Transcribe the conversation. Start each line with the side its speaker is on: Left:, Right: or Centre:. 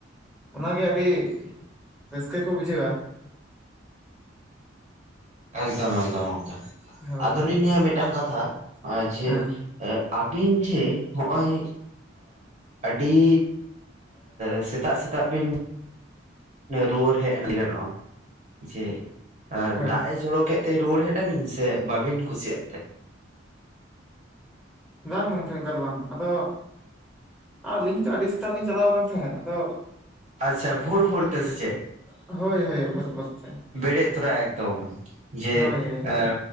Centre: ᱚᱱᱟ ᱜᱮ ᱟᱹᱰᱤ ᱨᱟᱹᱥᱠᱟᱹ ᱠᱚ ᱵᱩᱡᱷᱟᱹᱣᱟ᱾
Right: ᱮᱠᱫᱚᱢ ᱮᱠᱫᱚᱢ ᱮᱠᱫᱚᱢ
Centre: ᱦᱳᱭ
Right: ᱟᱫᱚᱞᱤᱧ
Centre: ᱦᱳᱭ
Right: ᱱᱤᱭᱟᱹ ᱢᱤᱫᱴᱟᱝ ᱠᱟᱛᱷᱟ ᱱᱚᱜ ᱼᱚᱭ ᱡᱮ
Centre: ᱦᱮᱸ
Right: ᱟᱹᱵᱤᱱ ᱡᱮ ᱦᱚᱜᱼᱚᱭ ᱟᱹᱰᱤ ᱥᱮᱛᱟᱜ ᱥᱮᱛᱟᱜ ᱵᱤᱱ ᱨᱩᱣᱟᱹᱲ ᱦᱮᱡ ᱮᱱ ᱜᱮ ᱜᱟᱱᱚᱜᱼᱟ ᱡᱮ
Centre: ᱦᱳᱭ
Right: ᱫᱟᱜ ᱮ ᱪᱚᱲᱚᱠ ᱠᱮᱫ ᱛᱮ ᱨᱩᱣᱟᱹᱲ ᱦᱮᱡᱱᱟᱵᱤᱱ ᱥᱮ ᱵᱟᱵᱤᱱ ᱠᱩᱥᱤᱭᱟᱜ ᱛᱮ᱾
Centre: ᱵᱟᱝ ᱜᱚᱝᱠᱮ ᱚᱝᱠᱟ ᱫᱚ ᱵᱟᱝ ᱟᱫᱚ᱾ ᱟᱨ ᱟᱹᱞᱤᱧ ᱛᱚ ᱟᱹᱰᱤ ᱥᱮᱛᱟᱜ ᱞᱤᱧ ᱪᱟᱞᱟᱣ ᱟᱠ ᱛᱟᱦᱮᱸ ᱟᱫᱚ
Right: ᱟᱪᱪᱷᱟ ᱵᱷᱳᱨ ᱵᱷᱚᱨ ᱛᱮ ᱥᱮ ᱪᱮ
Centre: ᱦᱳᱭ ᱦᱳᱭ ᱵᱷᱳᱨ ᱵᱷᱳᱨ ᱛᱮ
Right: ᱵᱮᱲᱮᱫ ᱛᱚᱨᱟ ᱮᱠᱫᱚᱢ ᱡᱮ
Centre: ᱦᱳᱭ ᱦᱳᱭ ᱦᱳᱭ
Right: ᱟ